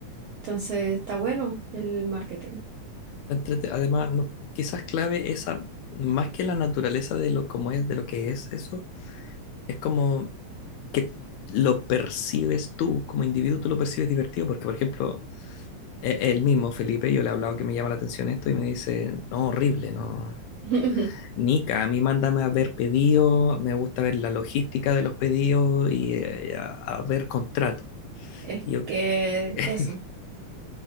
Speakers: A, on the right; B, on the left.
A: Entonces está bueno el marketing.
B: entrete- Además, no- quizás clave esa, más que la naturaleza de lo como es, de lo que es eso, es como que lo percibes tú, como individuo tú lo percibes divertido, porque por ejemplo, e- el mismo Felipe, yo le he hablado que me llama la atención esto y me dice, no, horrible, no.
A: <laughs>
B: Nica, a mí mándame a ver pedidos, me gusta ver la logística de los pedidos y eh, a, a ver contratos.
A: Es
B: Y yo,
A: que
B: <laughs>
A: eso,